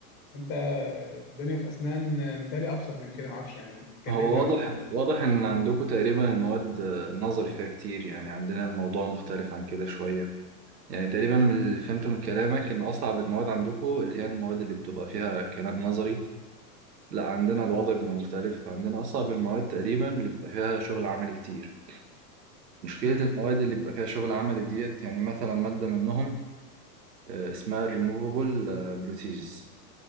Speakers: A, on the left; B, on the right.
A: انت آه، في الدنيا في أسنان آه، متهيألي أبسط من كده معرفش يعني ممكن تكلمني
B: هو واضح
A: أكتر عن
B: واضح إن عندكم تقريبا المواد آه، النظري فيها كتير يعني عندنا الموضوع مختلف عن كده شوية يعني تقريبا من اللي فهمته من كلامك إن أصعب المواد عندكم اللي هي المواد اللي بتبقى فيها كلام نظري لا عندنا الوضع بيبقى مختلف عندنا أصعب المواد تقريبا اللي بيبقى فيها شغل عملي كتير مشكلة
A: مم.
B: المواد اللي بيبقى فيها شغل عملي ديت يعني مثلا مادة منهم آه، اسمها Removable آه، Prosthesis